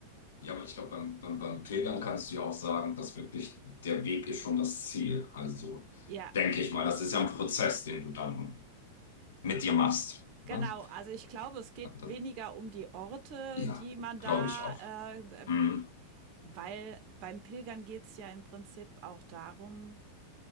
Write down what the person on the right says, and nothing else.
ja,
genau. Also ich glaube, es geht
weniger
um die Orte,
die man
da,
äh,
weil beim Pilgern geht es ja im Prinzip auch darum,